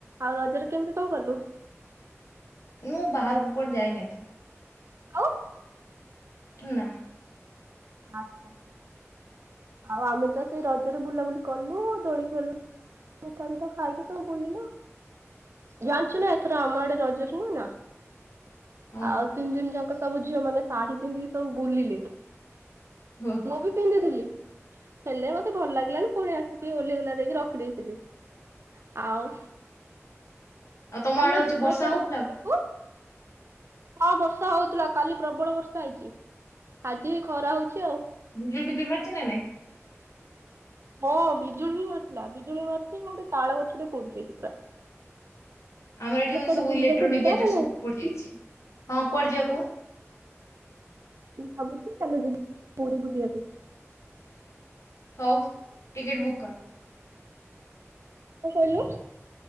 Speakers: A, on the right (about 60°); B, on the left (about 75°).
A: ଆଉ ରଜରେ କେମିତି କଣ କଲୁ?
B: ମୁଁ ବାହାରକୁ କୁଆଡେ ଯାଇନି ଏଥର।
A: ଆଉ
B: ନା।
A: ଆଚ୍ଛା ଆଉ ଆମେ ତ ସେଇ ରଜରେ ବୁଲାବୁଲି କଲୁ ଦୋଳିି ଖେଳିଲୁ ମିଠା ମିଠା ଖାଇକି ସବୁ ବୁଲିଲୁ ଜାଣିଛୁ ନା ଏଥର ଆମ ଆଡେ ରଜରେ ନୁହ ନା।
B: ହଁ
A: ଆଉ ତିନି ଦିନ ଯାଙ୍କ ସବୁ ଝିଅ ମାନେ ଶାଢୀ ପିନ୍ଧିକି ସବୁ ବୁଲିଲେ।
B: ହଉ
A: ମୁଁ ବି ପିନ୍ଧିଥିଲି। ହେଲେ ମତେ ଭଲ ଲାଗିଲାନି ପୁଣି ଆସିକି ଓହ୍ଲେଇ ଓହ୍ଲା ଦେଇକି ରଖିଦେଇଥିଲି ଆଉ
B: ଆଉ ତମ
A: ଚାଲୁନ
B: ଆଡେ ହଉଛି
A: ଯିବା
B: ବର୍ଷା
A: କୁଆଡେ
B: ହଉଥିଲା?
A: ବୁଲିବାକୁ ହଁ ବର୍ଷା ହଉଥିଲା କାଲି ପ୍ରବଳ ବର୍ଷା ହେଇଛି ଆଜି ବି ଖରା ହଉ ଛି ଆଉ।
B: ବିଜୁଳି ଫିଜୁଳି ମାରୁଛି ନା ନାଇଁ।
A: ହଁ ବିଜୁଳି ବି ମାରୁିଥିଲା ବିଜୁଳି ମାରିଛି ଗୋଟେ ତାଳ ଗଛ ଟେ ପୋଡିଯାଇଛି ପୁରା।
B: ଆମର
A: ଆଉ ତାହେଲେ
B: ଏଠି ହଉଛି
A: କୁଆଡେ
B: ସବୁ
A: ବୁଲିବାକୁ
B: ଇଲେକ୍ଟ୍ରୋନିକ୍
A: ଯିବା
B: ଗ୍ୟାଜେଟ
A: ନା
B: ସବୁ
A: ନାଇଁ
B: ପୋଡିଯାଇଛି ହଁ କୁଆଡେ ଯିବା କହୁନୁ?
A: ମୁଁ ଭାବୁଛି ଚାଲ ଯିବା ପୁରୀ ବୁଲିବାକୁ।
B: ହଉ ଟିକିଟ ବୁକ୍ କର।
A: କଣ କହିଲୁ?